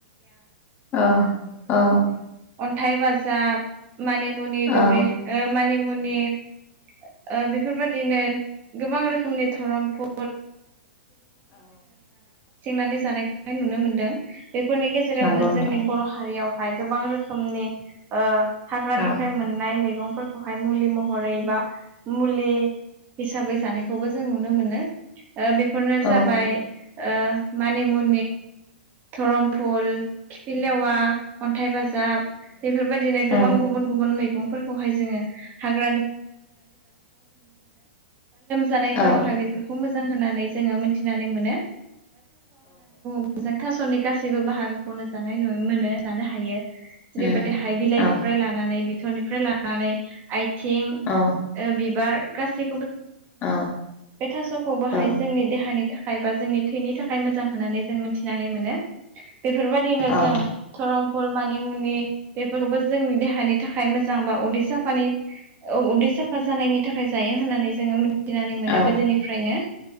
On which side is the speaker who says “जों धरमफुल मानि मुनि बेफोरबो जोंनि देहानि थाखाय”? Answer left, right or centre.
Right